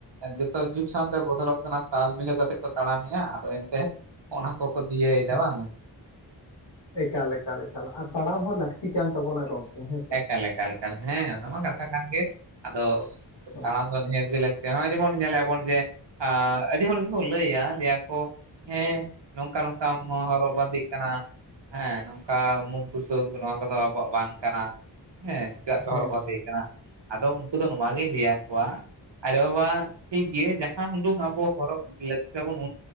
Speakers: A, on the right; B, on the left.
A: ᱡᱚᱛᱚ ᱡᱩᱜᱽ ᱥᱟᱶᱛᱮ ᱵᱚᱫᱚᱞᱚᱜ ᱠᱟᱱᱟ ᱛᱟᱞ ᱢᱤᱞᱟᱹᱣ ᱠᱟᱛᱮᱜ ᱠᱚ ᱛᱟᱲᱟᱢᱮᱜ - ᱟ ᱟᱫᱚ ᱮᱱᱛᱮ ᱚᱱᱟ ᱯᱚᱠ ᱫᱤᱭᱟᱹᱭᱫᱟ
B: ᱦᱮᱸ
A: ᱵᱟᱝ
B: ᱮᱠᱟᱞ ᱮᱠᱟᱞ ᱮᱠᱟᱞ ᱟᱨ ᱛᱟᱲᱟᱢ ᱦᱚᱸ ᱞᱟᱹᱠᱛᱤ ᱠᱟᱱ ᱛᱟᱵᱚᱱᱟ ᱜᱚᱝᱠᱮ ᱦᱮᱸᱥᱮ
A: ᱮᱠᱟᱞ ᱮᱠᱟᱞ ᱮᱠᱟᱞ ᱦᱮᱸ ᱚᱱᱟᱢᱟ ᱠᱟᱛᱷᱟ ᱠᱟᱱ ᱜᱮ ᱟᱫᱚ
B: ᱦᱮᱸ
A: ᱱᱚᱜᱼᱚᱭ ᱡᱮᱢᱚᱱ ᱧᱮᱞᱵᱚᱱ ᱡᱮ ᱟᱹᱰᱤ ᱦᱚᱲ ᱜᱮᱵᱚᱱ ᱞᱟᱹᱭᱟ ᱞᱭᱟ ᱠᱚ ᱦᱮᱸ ᱱᱚᱝᱠᱟ ᱱᱚᱝᱠᱟᱢ ᱦᱚᱨᱚᱜ ᱵᱟᱸᱫᱮᱜ ᱠᱟᱱᱟ ᱦᱮᱸ ᱱᱚᱝᱠᱟ ᱩᱢᱩᱠ ᱫᱩᱥᱩᱠ ᱱᱚᱣᱟ ᱠᱚᱫᱚ ᱟᱵᱚᱣᱟᱜ ᱵᱟᱝ ᱠᱟᱱᱟ ᱦᱮᱸ ᱪᱟᱜ ᱠᱚ
B: ᱦᱮᱸ
A: ᱦᱚᱨᱚᱜ ᱵᱟᱸᱫᱮ ᱠᱟᱱᱟ ᱟᱫᱚ ᱩᱱᱠᱩ ᱫᱚ ᱱᱚᱣᱟᱜᱤᱧ ᱞᱟᱹᱭ ᱟᱠᱚᱣᱟ ᱟᱨᱮ ᱵᱟᱵᱟ ᱴᱷᱤᱠ ᱜᱮᱭᱟ ᱡᱟᱦᱟᱸ ᱦᱩᱰᱩᱝ ᱟᱵᱚ ᱦᱚᱨᱚᱜ ᱞᱟᱹᱠᱛᱟᱵᱚᱱ <unintelligible>